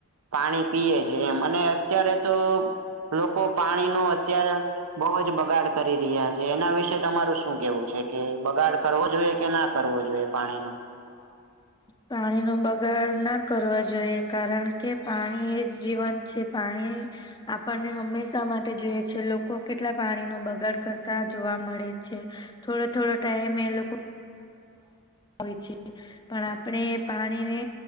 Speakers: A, on the right (about 85°); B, on the left (about 20°).
A: પાણી પીએ છે એમ અને અત્યારે તો લોકો પાણી ન અત્યારે બહુ જ બગાડ કરી રહ્યા છે એના વિશે તમારું શું કેવું છે કે બગાડ કરવો જોઈએ કે ના કરવો જોઈએ. પાણીનું.
B: પાણી નો બગાડ ના કરવા જોઈએ કારણ કે પાણી એ જીવન જે પાણી આપણને હંમેશા માટે જોઈએ છે લોકો કેટલા પાણી ન બગાડ કરતા જોવા મળે છે. થોડો થોડો ટાઈમે એ લોકો હોય છે. પણ આપણે પાણી ને